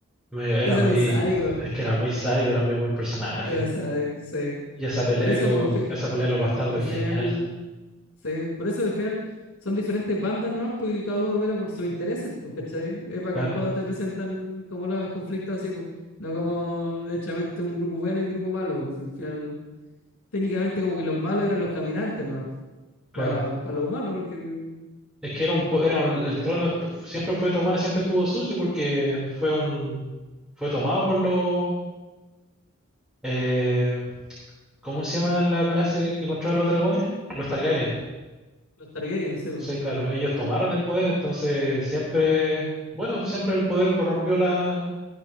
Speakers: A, in the centre; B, on the left.
A: Me- era
B: Ese
A: muy,
B: era un sádico.
A: es que era muy sádico, era muy buen personaje.
B: Era sádico, sí.
A: Y esa pelea
B: Por eso,
A: que hubo,
B: porque
A: esa pelea de los bastardos
B: al
A: es
B: final.
A: genial,
B: Sí, Por eso al final son diferentes bandas nomás, porque cada uno vela por sus intereses, pues, ¿cachai? Es bacán
A: claro,
B: cuando te presentan como los conflictos así, pues, no como derechamente un grupo bueno y un grupo malo. pues, si al final, técnicamente como que los malos eran los caminantes nomás,
A: claro.
B: para los humanos, porque
A: Es que era un, po- era el, el trono est- siempre fue tomado, siempre estuvo sucio porque fue un, fue tomado por los, eh, ¿Cómo se llama la clase que controla los dragones? Los Targaryen.
B: los Targaryen, sí, pues.
A: Sí, claro, ellos tomaron el poder, entonces siempre, bueno, siempre el poder corrompió la,